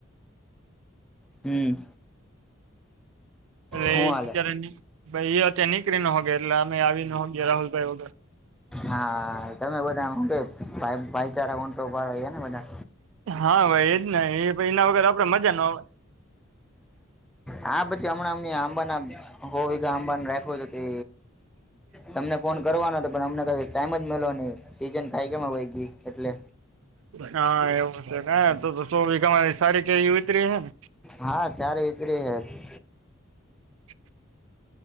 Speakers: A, in the centre; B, on the right.
A: હમ.
B: એટલે
A: હું
B: એ
A: હાલે
B: અત્યારે એ અત નીકળી ન હોગે એટલે અમે આવી ન હોગયા રાહુલભાઈ વગર.
A: હા તમે બધા હું કે ભાઈ ભાઈચારા ઊંટો પર રહ્યા ને બધા
B: હા ભાઈ એજ એના વગર આપડે મજા ન આવે.
A: હા હમણાં અમને આંબા હોા આંબાને રાખો છ કે. તમને ફોન કરવાનો હતો પણ અમને ક ટાઈમ જ મેલો નહી સીઝન ખાઈ કેમાં હોય ગય એટલે.
B: હા એવું છે તો શ ભીરી સારી કેવી ઉતરી હ ને
A: હા સારી ઈકરી હ.
B: <inaudible>